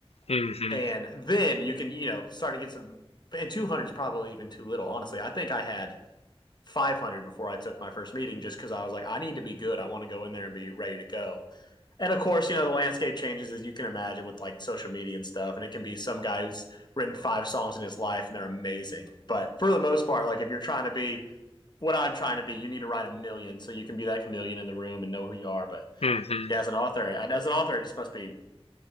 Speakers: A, on the left; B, on the left.
A: hmm
B: And then you can, you know, start to get some, and 200 is probably even too little. Honestly, I think I had 500 before I took my first meeting just because I was like, I need to be good. I want to go in there and be ready to go. And of course, you know, the landscape changes as you can imagine with like social media and stuff. And it can be some guy who's written five songs in his life and they're amazing. But for the most part, like if you're trying to be what I'm trying to be, you need to write a million so you can be that chameleon in the room and know who you are. But
A: hmm <laughs>
B: yeah,
A: <laughs>
B: as an author, as an author, it just must be,